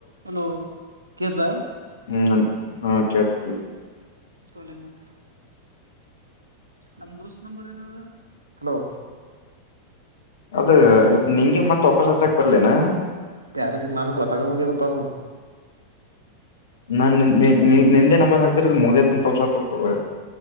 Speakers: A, on the right (about 80°); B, on the left (about 65°).
A: Hello ಕಳ್ತ.
B: ಹ್ಮ್ ಹಾ ಕೆಳ್ತು.
A: ತೊಲಿ ಮುದ. ನಮ್ ದೋಸ್ತ್ ನಂಬರ್ ಏನದ ಹಲೋ.
B: ಅದ
A: ಹಲೋ
B: ನಿಂಗೆ ಮತ್ತ್ ವಾಪಸ್ ಹಚ್ಚಕ್ ಬರ್ಲೇನಾ.
A: ಯ್ಯಾರ ನನ್ಗೆ ಗೊತ್ತಾಗಲ್ಲಪ್ಪದು.
B: ನಾನ್ ನಿಂದ್ ನಿ ನಿ ನಿಂದೆ ನಂಬರ್ ಹಾಕ್ತಿರೋದು ಮುಗ್ದೋಯ್ತು ಅಂತ ತೋರ್ಸೋತ್ತತ.